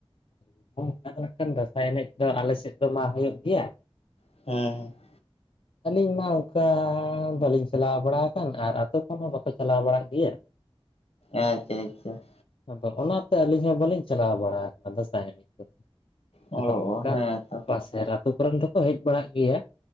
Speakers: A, on the left; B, on the left.
A: <inaudible> ᱞᱮᱠᱷᱟᱱ ᱫᱟᱸᱥᱟᱭ ᱮᱱᱮᱡ ᱫᱚ ᱟᱞᱮ ᱥᱮᱫ ᱫᱚ ᱢᱟ ᱦᱩᱭᱩᱜ ᱜᱮᱭᱟ᱾
B: ᱦᱩᱸ ᱾
A: <unintelligible> ᱟᱹᱞᱤᱧ ᱢᱟ ᱚᱝᱠᱟ ᱵᱟᱹᱞᱤᱧ ᱪᱟᱞᱟᱣ ᱵᱟᱲᱟ ᱠᱟᱱ ᱟᱨ ᱟᱛᱳ ᱠᱷᱚᱱ ᱦᱚᱸ ᱵᱟᱠᱚ ᱪᱟᱞᱟᱣ ᱵᱟᱲᱟᱜ ᱜᱮᱭᱟ ᱾ <unintelligible>
B: ᱟᱪᱷᱟ ᱟᱪᱷᱟ ᱾
A: ᱟᱫᱚ ᱚᱱᱟᱛᱮ ᱟᱹᱞᱤᱧ ᱦᱚᱸ ᱵᱟᱹᱞᱤᱧ ᱪᱟᱞᱟᱣ ᱵᱟᱲᱟ ᱠᱟᱱᱟ ᱫᱟᱸᱥᱟᱭ ᱮᱱᱮᱡ ᱫᱚ ᱾
B: ᱚ
A: ᱟᱫᱚ ᱚᱝᱠᱟ
B: ᱦᱮᱸ ᱛᱚ
A: ᱯᱟᱥᱮᱨ ᱟᱹᱛᱳ ᱠᱚᱨᱮᱱ ᱫᱚᱠᱚ ᱦᱮᱡ ᱵᱟᱲᱟᱜ ᱜᱮᱭᱟ